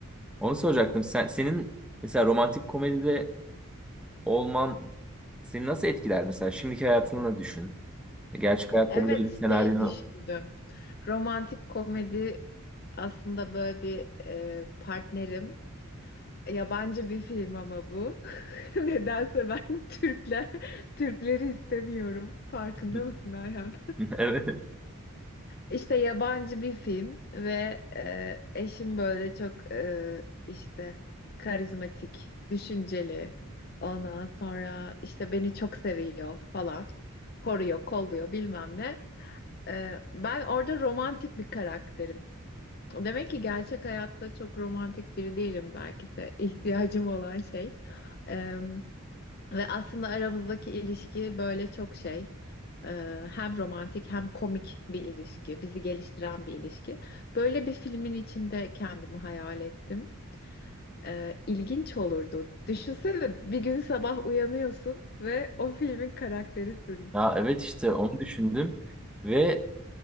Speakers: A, in the centre; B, on the left.
A: Onu soracaktım. Sen senin mesela romantik komedide olman seni nasıl etkiler mesela? Şimdiki hayatını düşün. E, Gerçek hayatta
B: Evet
A: böyle bir senaryo.
B: şey düşündüm. Romantik komedi aslında böyle bir e, partnerim. Yabancı bir film ama bu. <laughs> Nedense ben Türkler Türkleri istemiyorum. Farkında
A: <laughs>
B: mısın Ayhan?
A: Evet.
B: İşte yabancı bir film ve e, eşim böyle çok e, işte karizmatik, düşünceli. Ondan sonra işte beni çok seviyor falan. Koruyor, kolluyor bilmem ne. E, ben orada romantik bir karakterim. Demek ki gerçek hayatta çok romantik biri değilim belki de <laughs> ihtiyacım olan şey. E, ve aslında aramızdaki ilişki böyle çok şey. Ee, hem romantik hem komik bir ilişki, bizi geliştiren bir ilişki. Böyle bir filmin içinde kendimi hayal ettim. Ee, ilginç olurdu. Düşünsene bir gün sabah uyanıyorsun ve o filmin karakterisin.
A: Ya evet işte onu düşündüm ve